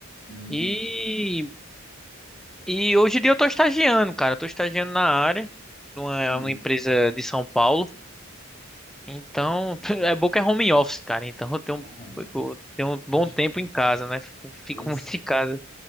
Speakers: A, on the left; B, in the centre.
A: Hum,
B: e, e hoje em dia eu tô estagiando, cara. Eu tô estagiando na área, numa,
A: entendi.
B: numa empresa de São Paulo. Então, <laughs> é bom que é home office, cara. Então, eu tenho, um,
A: Ah, velho.
B: tipo, eu tenho um
A: Bicho,
B: bom tempo em casa, né? <laughs> Fico
A: Esse
B: muito em casa,